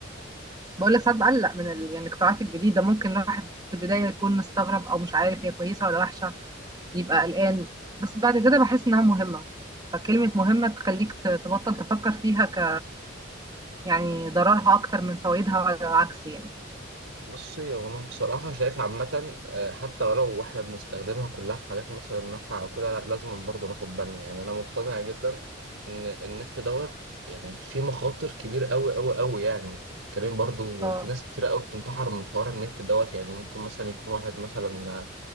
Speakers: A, on the right (about 20°); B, on the right (about 75°).
A: بقول لك ساعات بقلق من ال... يعني الاختراعات الجديده ممكن الواحد في البدايه يكون مستغرب او مش عارف هي كويسه ولا وحشه يبقى قلقان بس بعد كده بحس انها مهمه فكلمه مهمه تخليك ت- تبطل تفكر فيها ك يعني ضررها اكتر من فوائدها ولا العكس يعني
B: بصي هو انا بصراحه شايف عامه آه، حتى ولو احنا بنستخدمها كلها في حاجات مثلا نافعه او كده لا لازم برضه ناخد بالنا يعني انا مقتنع جدا ان النت دوت يعني فيه مخاطر كبيره قوي قوي قوي يعني انت بتتكلم برضه
A: اه
B: في ناس كتيره قوي بتنتحر من حوار النت دوت يعني ممكن مثلا يكون واحد مثلا